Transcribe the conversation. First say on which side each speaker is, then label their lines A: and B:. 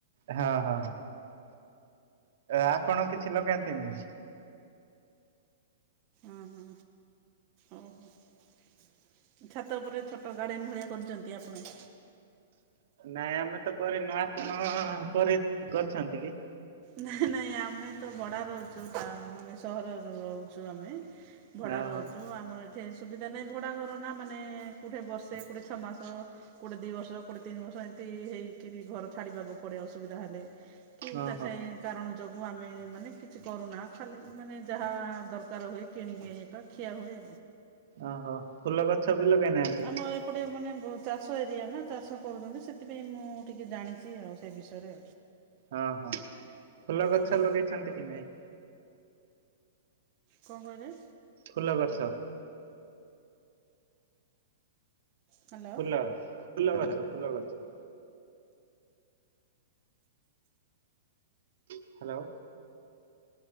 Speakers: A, on the right (about 55°); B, on the right (about 25°).
A: ହଁ ହଁ ଆପଣ କିଛି ଲଗାନ୍ତିନି।
B: ଅଁ ହଁ ଓହୋ। ଛାତ ଉପରେ ଛୋଟ ଗାର୍ଡେନ୍ ଭଳିଆ କରିୁଛନ୍ତି ଆପଣ।
A: ନାଇଁ ଆମେ ତ କରିନୁ ଆପଣ କରି କରିଛନ୍ତି କି?
B: ହେଁ ନାଇଁ ଆମେ ତ ଭଡା ରହୁଛୁ ମାନେ ସହରରେ ରହୁଛୁ ଆମେ। ଭଡ଼ା
A: ଓହୋ
B: ରହୁଛୁ ଆମର ଏଠି ସୁବିଧା ନାହିଁ ଭଡ଼ା ଘର ନା ମାନେ କେଉଁଠି ବର୍ଷେ କୋଉଠେ ଛଅ ମାସ। ଗୋଟେ ଦିଇ ବର୍ଷ କୋଟେ ତିନି ବର୍ଷ ଏମିତି ହେଇକିରି ଘର ଛାଡିବାକୁ ପଡେ ଅସୁବିଧା ହେଲେ। କି
A: ଓହୋ
B: ତା ସେହି କାରଣ ଯୋଗୁଁ ଆମେ ମାନେ କିଛି କରୁନା ଖାଲି ମାନେ ଯାହା ଦରକାର ହୁଏ। କିଣି ଆଣିକି ବା ଖିଆ ହୁଏ।
A: ଓହୋ ଫୁଲ ଗଛ ବି ଲଗେଇନାହାନ୍ତି।
B: ଆମ ଏପଟେ ମାନେ ଚାଷ ଏରିଆନା ଚାଷ କରୁଚନ୍ତି ସେଥିପାଇଁ ମୁଁ ଟିକେ ଜାଣିଚି ସେ ବିଷୟରେ।
A: ଓ ହୋ ଫୁଲ ଗଛ
B: ହୁଁ
A: ଲଗେଇଛନ୍ତି କି ନାଇଁ।
B: କଣ କହିଲେ।
A: ଫୁଲ ଗଛ।
B: ହ୍ୟାଲୋ
A: ଫୁଲ ଫୁଲ ଗଛ ଫୁଲ ଗଛ। ହ୍ୟାଲୋ।